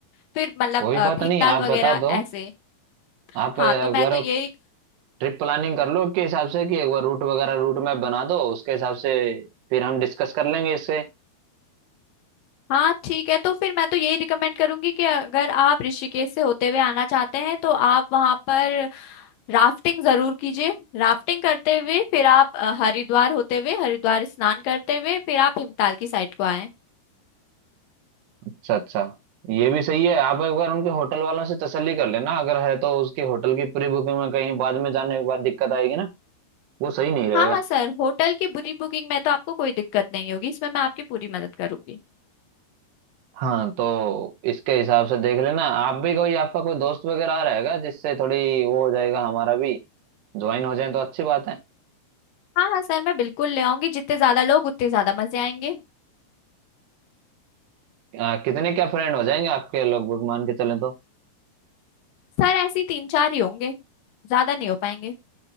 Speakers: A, on the left; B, on the right.
A: फिर मतलब
B: कोई
A: अ,
B: बात
A: भीमताल
B: नहीं आप
A: वगैरह
B: बता दो
A: ऐसे
B: आप
A: हाँ
B: एक
A: तो मैं
B: बार
A: तो यही
B: ट्रिप प्लानिंग कर लो के हिसाब से कि एक बार रूट वगैरह रूट मैप बना दो उसके हिसाब से फिर हम डिस्कस कर लेंगे इससे
A: हाँ ठीक है तो फिर मैं तो यही रिकमेंड करूंगी कि अगर आप ऋषिकेश से होते हुए आना चाहते हैं तो आप वहां पर राफ्टिंग जरूर कीजिए राफ्टिंग करते हुए फिर आप अ, हरिद्वार होते हुए हरिद्वार स्नान करते हुए फिर आप हिमताल की साइड को आए
B: अच्छा अच्छा ये भी सही है आप एक बार उनके होटल वालों से तसल्ली कर लेना अगर है तो उसके होटल की प्री बुकिंग में कहीं बाद में जाने के बाद दिक्कत आएगी ना वो सही नहीं रहेगा
A: हाँ हाँ सर होटल की पूरी बुकिंग में तो आपको कोई दिक्कत नहीं होगी इसमें मैं आपकी पूरी मदद करूंगी
B: हाँ तो इसके हिसाब से देख लेना आप भी कोई आपका कोई दोस्त वगैरह आ रहेगा जिससे थोड़ी वो हो जाएगा हमारा भी ज्वाइन हो जाए तो अच्छी बात है
A: हाँ हाँ सर मैं बिल्कुल ले आऊंगी जितने ज्यादा लोग उतने ज्यादा मजे आएंगे
B: आ, कितने क्या फ्रेंड हो जाएंगे आपके लगभग मान के चले तो
A: सर ऐसे ही तीन चार ही होंगे ज्यादा नहीं हो पाएंगे